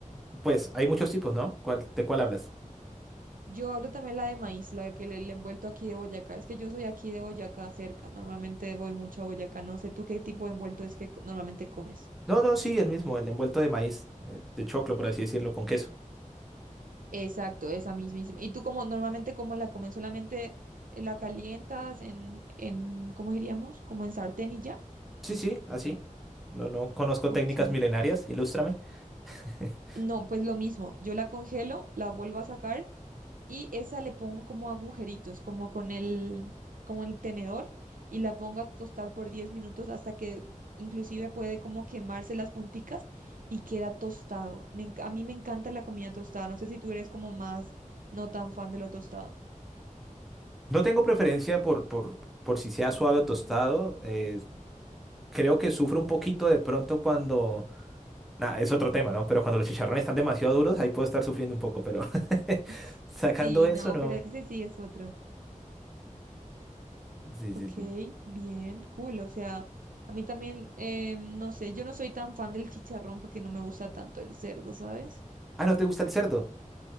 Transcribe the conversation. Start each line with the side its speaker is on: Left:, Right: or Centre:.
Centre: Pues hay muchos tipos, ¿no? ¿Cuál- de cuál hablas?
Right: Yo hablo también la de maíz, la que le, le envuelto aquí de Boyacá. Es que yo soy aquí de Boyacá cerca. Normalmente voy mucho a Boyacá. No sé tú qué tipo de envuelto es que co- normalmente comes.
Centre: No, no, sí, el mismo, el envuelto de maíz, eh, de choclo, por así decirlo, con queso.
Right: Exacto, esa mismísima. ¿Y tú como normalmente cómo la comes? ¿Solamente eh, la calientas en, en, ¿cómo diríamos? ¿Como en sartén y ya?
Centre: Sí, sí, así. No, no conozco
Right: Ok.
Centre: técnicas milenarias, ilústrame. <laughs>
Right: No, pues lo mismo. Yo la congelo, la vuelvo a sacar. y esa le pongo como agujeritos, como con el, como el tenedor y la pongo a tostar por 10 minutos hasta que inclusive puede como quemarse las punticas y queda tostado. Me enc- a mí me encanta la comida tostada, no sé si tú eres como más no tan fan de lo tostado.
Centre: No tengo preferencia por, por, por si sea suave o tostado. eh, creo que sufro un poquito de pronto cuando... Nah, es otro tema, ¿no? Pero cuando los chicharrones están demasiado duros, ahí puedo estar sufriendo un poco, pero <laughs>
Right: S-
Centre: sacando
Right: Sí,
Centre: eso,
Right: no,
Centre: no.
Right: pero ese sí es otro.
Centre: Sí,
Right: Ok,
Centre: sí, sí.
Right: bien, cool. O sea, a mí también, em, no sé, yo no soy tan fan del chicharrón porque no me gusta tanto el cerdo, ¿sabes?
Centre: Ah, ¿no te gusta el cerdo?